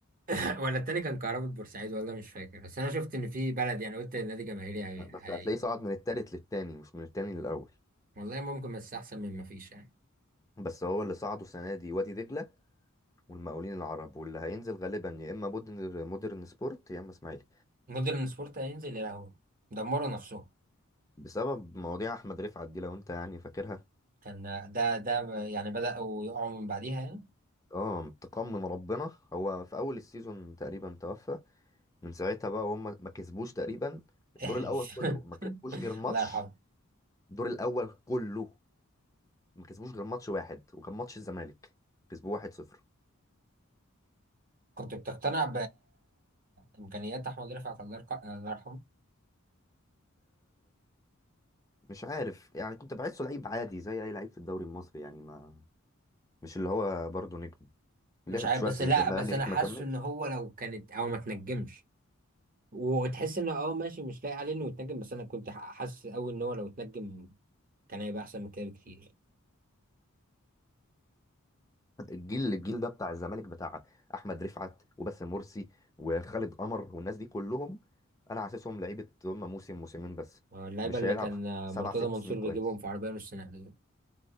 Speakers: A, on the right; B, on the left.
A: <clears throat> ولا التاني كان كهرباء بورسعيد ولا مش فاكر بس أنا شفت إن في بلد يعني قلت النادي جماهيري هي...
B: لا بس
A: هي...
B: هتلاقيه صعد من التالت للتاني مش من التاني للأول
A: والله ممكن بس أحسن من ما فيش يعني
B: بس هو اللي صعدوا السنة دي وادي دجلة والمقاولين العرب واللي هينزل غالبا يا إما مودرن مودرن سبورت يا إما إسماعيلي
A: مودرن سبورت هينزل يا لهوي دمروا نفسهم
B: بسبب مواضيع أحمد رفعت دي لو أنت يعني فاكرها
A: كان ده ده يعني بدأوا يقعوا من بعديها يعني
B: اه تقمم ربنا هو في أول السيزون تقريبا توفى من ساعتها بقى هم ما كسبوش تقريبا الدور
A: احلف
B: الأول كله
A: <laughs>
B: ما كسبوش غير ماتش
A: الله يرحمه
B: الدور الأول كله ما كسبوش غير ماتش واحد وكان ماتش الزمالك كسبوه 1-0
A: كنت بتقتنع بإمكانيات أحمد رفعت الله يرق- الله يرحمه
B: مش عارف يعني كنت بحسه لعيب عادي زي اي لعيب في الدوري المصري يعني ما مش اللي هو برضه نجم لعب
A: مش عارف
B: شويه
A: بس
B: في الزمالك
A: لا بس أنا حاسه
B: ما كملش
A: إن هو لو كانت أو ما تنجمش وتحس إن أه ماشي مش لاقي عليه إنه يتنجم بس أنا كنت ح- حاسس أوي إن هو لو اتنجم كان هيبقى أحسن من كده بكتير
B: الجيل الجيل ده بتاع الزمالك بتاع احمد رفعت وباسم مرسي وخالد قمر والناس دي كلهم انا حاسسهم لعيبه هم موسم موسمين بس
A: آه، اللعيبة
B: مش
A: اللي
B: هيلعب
A: كان آه،
B: سبع
A: مرتضى
B: ست
A: منصور
B: سنين كويس
A: بيجيبهم في عربية نص نقل